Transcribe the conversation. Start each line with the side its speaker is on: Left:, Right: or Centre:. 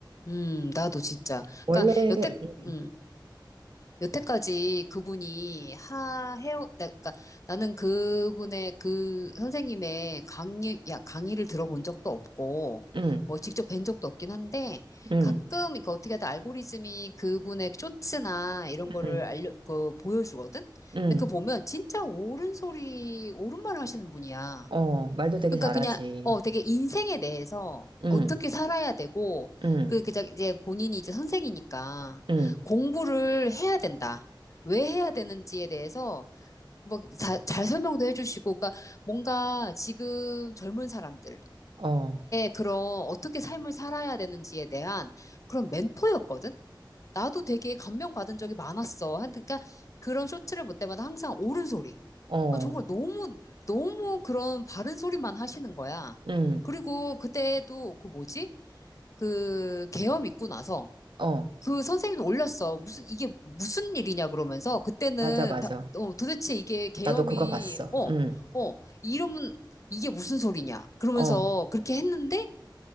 Left: 음, 나도 진짜.
Right: 원래
Left: 그러니까 여태,
Right: 응,
Left: 음, 여태까지 그분이 하, 해, 그러니까 나는 그분의 그 선생님의 강의, 야, 강의를 들어본 적도 없고,
Right: 응,
Left: 뭐 직접 뵌 적도 없긴 한데,
Right: 응,
Left: 가끔, 이거 어떻게 하다 알고리즘이 그분의 쇼츠나 이런
Right: 응,
Left: 거를 알려, 그, 보여주거든?
Right: 응.
Left: 근데 그거 보면 진짜 옳은 소리, 옳은 말 하시는 분이야.
Right: 어, 말도 되게
Left: 그러니까
Right: 잘하지.
Left: 그냥 어 되게 인생에 대해서
Right: 응,
Left: 어떻게 살아야 되고
Right: 응,
Left: 그 그저 이제 본인이 이제 선생이니까
Right: 응.
Left: 공부를 해야 된다. 왜 해야 되는지에 대해서 뭐잘 설명도 해주시고 그러니까 뭔가 지금 젊은 사람들한테
Right: 어,
Left: 그런 어떻게 삶을 살아야 되는지에 대한 그런 멘토였거든. 나도 되게 감명받은 적이 많았어. 한, 그러니까 그런 쇼트를 볼 때마다 항상 옳은 소리.
Right: 어,
Left: 아, 정말 너무, 너무 그런 바른 소리만 하시는 거야.
Right: 응,
Left: 그리고 그때도 그 뭐지? 그 계엄 있고 나서
Right: 어.
Left: 그 선생님도 올렸어. 무슨, 이게 무슨 일이냐 그러면서 그때는
Right: 맞아, 맞아.
Left: 다, 어, 도대체 이게 계엄이,
Right: 나도 그거 봤어.
Left: 어,
Right: 응,
Left: 어, 이러면 이게 무슨 소리냐. 그러면서
Right: 어,
Left: 그렇게 했는데